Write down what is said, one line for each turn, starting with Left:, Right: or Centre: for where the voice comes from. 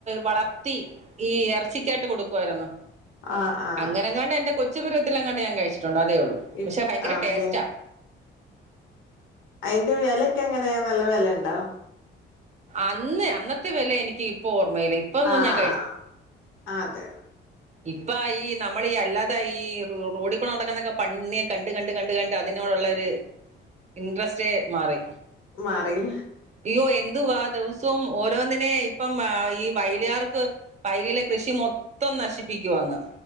Right: വളർത്തി ഈ എർച്ചിക്കായിട്ട് കൊടുക്കുവാര്ന്നു.
Left: ആഹ് ആഹ്
Right: അങ്ങനെങ്ങാണ്ട് എന്റെ കൊച്ചുപരുവത്തില് എങ്ങാണ്ട് ഞാൻ കഴിച്ചിട്ടുണ്ട്. അതേ ഉള്ളൂ.
Left: ഇത്
Right: പക്ഷെ ഭയങ്കര
Left: ആണല്ലേ?
Right: ടേസ്റ്റാ
Left: അതിന്റെ വിലയൊക്കെ എങ്ങനെയ? നല്ല വില ഉണ്ടോ?
Right: അന്ന്, അന്നത്തെ വില എനിക്ക് ഇപ്പോ ഓർമ്മയില്ല. ഇപ്പൊന്നും
Left: ആഹ്!
Right: ഞാൻ
Left: അതെതെ!
Right: നിപ്പയായി നമ്മടെ അല്ലാതെയായി റോഡിക്കുടെ നടക്കുന്ന പന്നിയെ കണ്ട കണ്ട് കണ്ട് അതിനോടുള്ളരു ഇൻട്രസ്റ്റേ മാറി.
Left: മാറി <inaudible>
Right: അയ്യോ എന്തുവാ ദിവസവും ഓരോന്നിനെ ഇപ്പം ഈ വയലുകാർക്ക്! വയലിലെ കൃഷി മൊത്തം നശിപ്പിക്കുവാങ്ങ്.